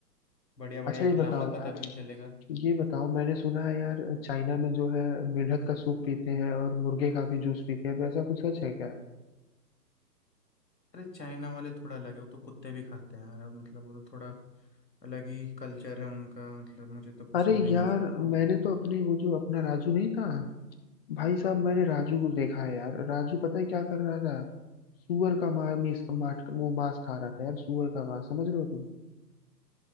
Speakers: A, on the left (about 80°); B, on the left (about 35°).
A: बढ़िया बढ़िया
B: अच्छा ये
A: खिलाऊंगा
B: बताओ यार
A: पता भी नहीं चलेगा
B: ये बताओ मैंने सुना है यार चाइना में जो है मेंढक का सूप पीते हैं और मुर्गे का भी जूस पीते हैं तो ऐसा कुछ सच है क्या
A: अरे चाइना वाले थोड़ा अलग है वो तो कुत्ते भी खाते हैं यार अब मतलब वो तो थोड़ा अलग ही कल्चर है उनका मतलब मुझे तो पसंद
B: अरे
A: नहीं
B: यार
A: है सब कुछ
B: मैंने तो अपने वो जो अपना राजू नहीं था भाई साहब मैंने राजू को देखा है यार राजू पता है क्या कर रहा था सुअर का मा, मीस, माट, वो मांस खा रहा था यार सुअर का मांस समझ रहे हो तुम